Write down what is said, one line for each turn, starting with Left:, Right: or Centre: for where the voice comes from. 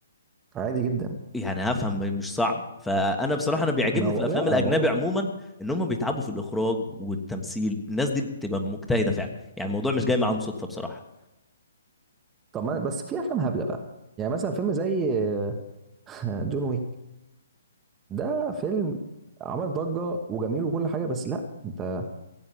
Right: عادي جدا
Centre: يعني هفهم مش صعب فانا بصراحه انا بيعجبني
Right: ما هو
Centre: في الافلام
Right: لا
Centre: الاجنبي
Right: هو مش
Centre: عموما ان هم بيتعبوا في الاخراج والتمثيل الناس دي بتبقى مجتهده فعلا يعني الموضوع مش جاي معاهم صدفه بصراحه
Right: طب ما بس في افلام هبله بقى يعني مثلا فيلم زي <laughs> جون ويك ده فيلم عمل ضجه وجميل وكل حاجه بس لا انت